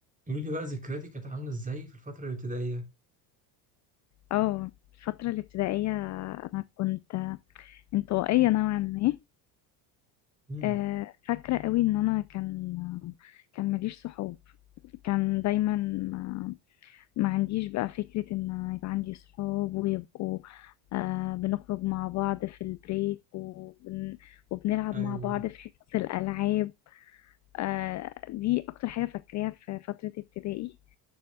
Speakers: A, on the right (about 15°); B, on the left (about 40°).
A: قولي لي بقى ذكرياتك كانت عاملة ازاي في الفترة الابتدائية؟
B: اه الفترة الابتدائية أنا كنت انطوائية نوعا ما
A: امم
B: آه، فاكرة قوي إن أنا كان كان ماليش صحاب كان دايما ما, ما عنديش بقى فكرة إن يبقى عندي صحاب ويبقوا آه، بنخرج مع بعض في البريك وبن وبنلعب
A: ايوه
B: مع بعض في حصص الألعاب آه، دي اكتر حاجة فاكراها في فترة ابتدائي